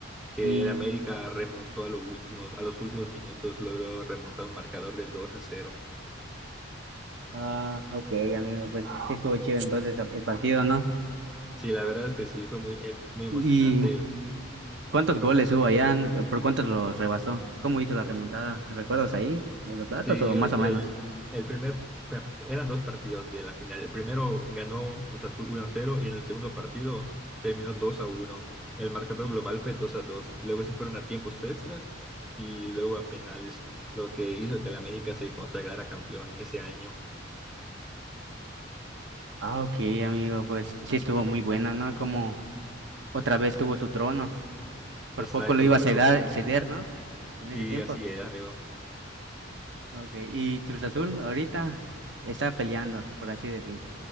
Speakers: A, in the centre; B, on the right.
A: Que
B: Y,
A: el América remontó a los últimos, a los últimos minutos, logró remontar un marcador de dos a cero
B: ah, ok, amigo, pues sí estuvo chido entonces el partido, ¿no?
A: Sí, la verdad es que sí, fue muy épico, muy emocionante.
B: ¿Y cuántos goles hubo allá? ¿Por cuántos los rebasó? ¿Cómo hizo la remontada? ¿Recuerdas ahí los datos
A: Sí,
B: o
A: el,
B: más o menos?
A: el primer, bueno, eran dos partidos de la final. El primero ganó Cruz Azul 1-0 y en el segundo partido terminó 2-1. El marcador global fue 2-2. Luego se fueron a tiempos extras y luego a penales, lo que hizo que el América se consagrara campeón ese año.
B: Ah, ok, amigo, pues sí estuvo muy buena, ¿no? Como Otra vez tuvo su trono. Por
A: Exacto,
B: poco lo iba
A: lo
B: a
A: recuperó.
B: ceder, ceder, ¿no? En
A: Sí,
B: ese tiempo.
A: así es, amigo.
B: Okay. Y Cruz Azul ahorita está peleando, por así decir.